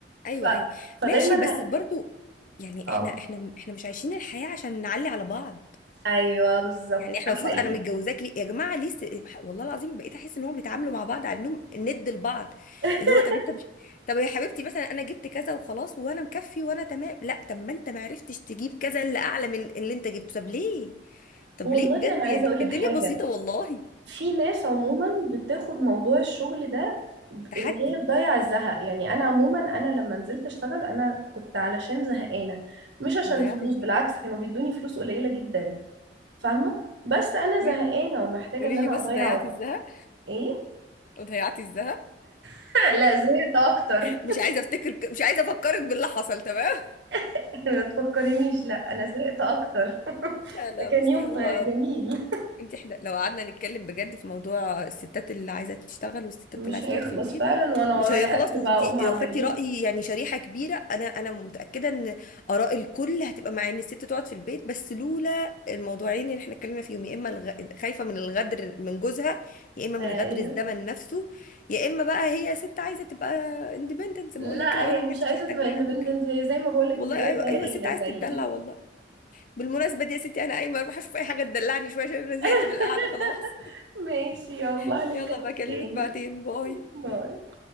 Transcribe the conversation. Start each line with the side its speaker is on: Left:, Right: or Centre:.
Left: ايوه
Right: ف...
Left: ايوه
Right: فدايما
Left: ماشي بس
Right: ه...
Left: برضو يعني
Right: اه
Left: احنا احنا احنا مش عايشين الحياة عشان نعلي على بعض
Right: ايوه بالظبط
Left: يعني احنا
Right: ده
Left: المفروض
Right: حقيقي
Left: انا متجوزاك ليه يا جماعه ليه س- والله العظيم بقيت احس ان هم بيتعاملوا مع بعض على انهم ند لبعض
Right: <laughs>
Left: اللي هو طب انت مش طب يا حبيبتي مثلا انا جبت كذا وخلاص وانا مكفي وانا تمام لا طب ما انت ما عرفتش تجيب كذا اللي اعلى من اللي انت جبته طب ليه طب
Right: والله
Left: ليه بجد
Right: انا عايزه
Left: يعني
Right: اقول لك
Left: الدنيا
Right: حاجه
Left: بسيطه والله
Right: في ناس عموما بتاخد موضوع الشغل ده ب-
Left: تحدي
Right: ان هي تضيع الزهق يعني انا عموما انا لما نزلت اشتغل انا كنت علشان زهقانه مش عشان
Left: ضيعتي
Right: فلوس
Left: الذهب
Right: بالعكس كانوا بيدوني فلوس قليله جدا فاهمه بس انا
Left: قولي
Right: زهقانه ومحتاجه
Left: قولي
Right: ان انا
Left: لي بس
Right: اضيع
Left: ضيعتي
Right: وقت
Left: الذهب
Right: ايه
Left: وضيعتي الذهب
Right: <laughs> لا زهقت اكتر
Left: مش عايزه افتكر مش عايزه افكرك باللي حصل تمام
Right: <laughs> ما تفكرنيش لا انا زهقت اكتر
Left: لا لا
Right: ده
Left: بصي
Right: كان يوم
Left: هو
Right: جميل
Left: انت احنا لو قعدنا نتكلم بجد في موضوع الستات اللي عايزه تشتغل والستات
Right: مش
Left: اللي عايزه
Right: هيخلص
Left: تقعد في البيت
Right: فعلا وانا ورايا
Left: مش هيخلص
Right: اكل
Left: وانت
Right: بقى اقوم اعمله
Left: لو خدتي راي يعني شريحه كبيره انا انا متاكده ان اراء الكل هتبقى مع ان الست تقعد في البيت بس لولا الموضوعين اللي احنا اتكلمنا فيهم يا اما الغ... خايفه من الغدر من جوزها يا اما
Right: ايوه
Left: من غدر الزمن نفسه يا اما بقى هي ست عايزه تبقى اندبندنت زي
Right: لا
Left: ما اقول لك كده
Right: هي
Left: وانا ما
Right: مش
Left: حدش
Right: عايزه
Left: هحتاج
Right: تبقى
Left: لحد
Right: اندبندنت
Left: وكلام
Right: هي زي ما بقولك
Left: والله
Right: تلاقيها
Left: ايوه
Right: زهقانه
Left: ايوه ست عايزه
Right: زيي
Left: تتدلع والله بالمناسبة دي يا ستي أنا قايمة أروح أشوف أي حاجة تدلعني شوية عشان أنا
Right: <laughs>
Left: زهقت من القعدة خلاص
Right: ماشي يلا
Left: <laughs>
Right: هنتكلم
Left: يلا بكلمك
Right: تاني
Left: بعدين باي
Right: باي